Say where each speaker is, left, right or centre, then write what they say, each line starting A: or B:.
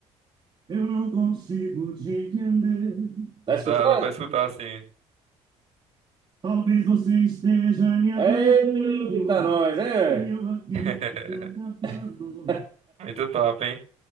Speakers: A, on the right (about 35°); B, on the right (about 55°).
A: Eu não consigo te entender. Tá escutando?
B: Dá, dá pra escutar assim.
A: Talvez você esteja me amando. Eita, nós, E é. eu aqui
B: <laughs>
A: <laughs> te atrapalhando.
B: Muito top, hein?